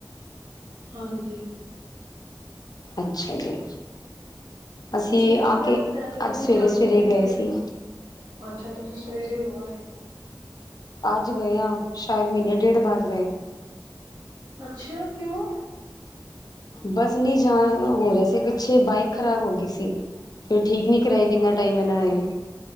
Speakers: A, on the right; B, on the left.
A: ਹਾਂਜੀ।
B: ਅੱਛਾ ਜੀ। ਅਸੀਂ
A: ਨਹੀਂ, ਚੁਪੈਰੇ
B: ਆ ਕੇ
A: ਸਾਹਿਬ ਤੇ ਤੇ
B: ਅੱਜ
A: ਨਹੀ
B: ਸਵੇਰੇ
A: ਜਾਂਦੇ,
B: ਸਵੇਰੇ ਗਏ
A: ਬਈ
B: ਸੀ
A: ਅੱਛਾ ਤੁਸੀਂ ਸਵੇਰੇ ਹੋ ਆਏ।
B: ਅੱਜ ਗਏ ਆ ਸ਼ਾਇਦ ਮਹੀਨੇ ਡੇਢ ਬਾਦ
A: ਅੱਛਾ, ਕਿਉਂ?
B: ਬਸ ਨਹੀਂ ਜਾਣ ਹੋ ਰਿਹਾ ਸੀ ਪਿੱਛੇ ਬਾਈਕ ਖ਼ਰਾਬ ਹੋ ਗਈ ਸੀ। ਫੇਰ ਠੀਕ ਨੀ ਕਰਵਾਈ ਕਿੰਨਾ
A: ਅੱਛਾ
B: ਟਾਈਮ ਇਹਨਾਂ ਨੇ,